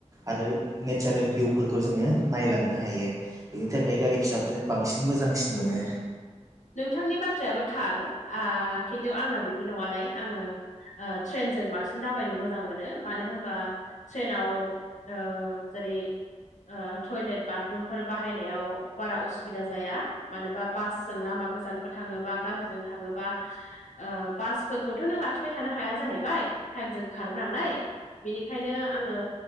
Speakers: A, on the right; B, on the left.
A: आरो नेचारेल भिउफोरखौ जोङो नायलांनो हायो बिनि थाखाय गारि फिसाफोरजों बांसिन मोजांसिन मोनो
B: नोंथांनि बाथ्रायाबो थार आ खिन्थु आंना बिदि नङालाय आङो ओ ट्रेनजों बांसिन दावबायनो मोजां मोनो मानो होनबा ट्रेनाव ओ जेरै ओ टयलेट बाथरुमफोर बाहायनायाव बारा असुबिदा जाया मानोबा बास जों लामा गोजानफोर थाङोबा गारिजों थाङोबा ओ बासफोरखौथ नों लाखिबाय थानो हाया जाहैबाय टाइमजों खारो नालाय बेनिखायनो आङो